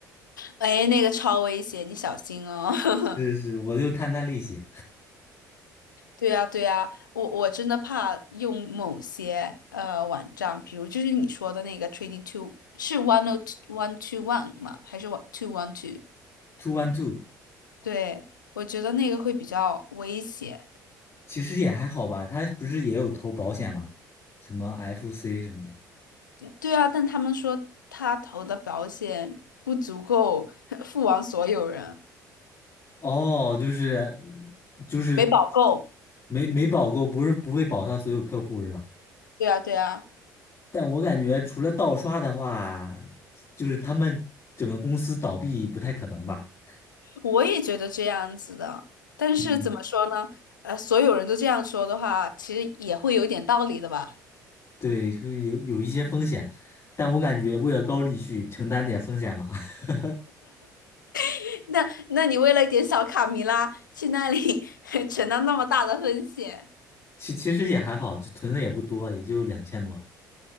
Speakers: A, on the left; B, on the left.
A: 哎，那个超危险，你小心哦。<laughs>
B: <laughs> 是是，我就摊摊利息
A: 对呀，对呀，我我真的怕用某些呃网站，比如就是你说的那个 Trading Two 是 One O One Two One 吗？还是 One Two One Two？
B: ，two one two，
A: 对，我觉得那个会比较危险。
B: 其实也还好吧。他不是也有投保险吗？什么 FC 什么的。
A: 对啊，但他们说他投的保险不足够 <laughs> 付完所有人，
B: 哦，就是就是
A: 没保够。
B: 没没保过，不是不会保他所有客户是吧？
A: 对啊，对啊，
B: 但我感觉除了盗刷的话，就是他们整个公司倒闭不太可能吧。
A: 我也觉得这样子的。但是怎么说呢？
B: 嗯
A: 呃，所有人都这样说的话，其实也会有点道理的吧？
B: 对，就是有有一些风险，但我感觉为了高利息承担点风险吧。<laughs>
A: <laughs> 那那你为了一点小卡米拉去那里 <laughs> 承担那么大的风险？
B: 其其实也还好，就存的也不多，也就两千多。